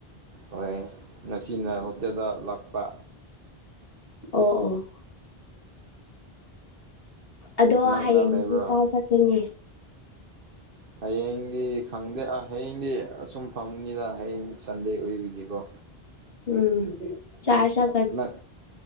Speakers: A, on the right; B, on the left.
A: ꯍꯣꯏ ꯉꯁꯤꯅ ꯍꯣꯁꯇꯦꯜꯗ ꯂꯥꯛꯄ
B: ꯑꯣ ꯑꯣ ꯑꯗꯣ
A: ꯀꯅꯥ
B: ꯍꯌꯦꯡꯗꯤ
A: ꯀꯅꯥ ꯂꯩꯕ꯭ꯔꯥ
B: ꯀꯥꯏ ꯆꯠꯄꯅꯤ
A: ꯍꯌꯦꯡꯗꯤ ꯈꯪꯗꯦ ꯍꯌꯦꯡꯗꯤ ꯑꯁꯨꯝ ꯐꯪꯅꯤꯗ ꯍꯌꯦꯡ ꯁꯟꯗꯦ ꯑꯣꯏꯕꯤꯒꯦꯀꯣ
B: ꯎꯝ ꯆꯥ ꯆ
A: ꯅꯛ